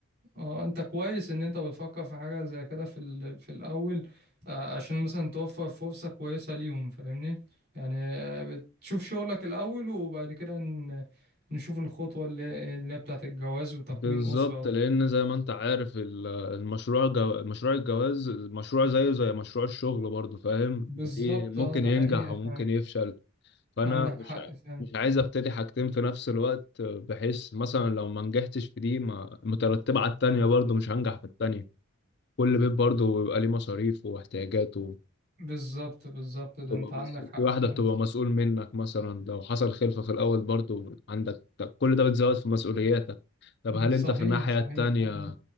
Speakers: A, on the right; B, on the left.
A: اه انت كويس ان انت بتفكر في حاجة زي كده في ال... في الاول آه، عشان مثلا توفر فرصة كويسة ليهم فاهمني يعني آه، بتشوف شغلك الاول وبعد كده ن... نشوف الخطوة اللي اللي هي بتاعت الجواز وتكوين
B: بالظبط
A: أسرة
B: لان زي ما انت عارف ال- المشروع جو... مشروع الجواز مشروع زيه زي مشروع الشغل برضه فاهم
A: بالظبط
B: ليه ممكن
A: اه ده
B: ينجح
A: حقيقة
B: وممكن
A: فعلا
B: يفشل فانا
A: عندك
B: مش
A: حق
B: ع-
A: فعلا
B: مش عايز ابتدي حاجتين في نفس الوقت بحيث مثلا لو ما نجحتش في دي ما مترتبة على التانية برضه مش هنجح في التانية كل بيت برضه بيبقى ليه مصاريف واحتياجاته
A: بالظبط بالظبط ده
B: بتبقى
A: انت
B: مس...
A: عندك حق
B: في واحدة
A: فعلا
B: بتبقى مسؤول منك مثلا لو حصل خلفة في الأول برضه عندك طب كل ده بتزود في مسؤولياتك طب هل
A: صحيح
B: أنت في الناحية
A: صحيح
B: التانية
A: حقيقي.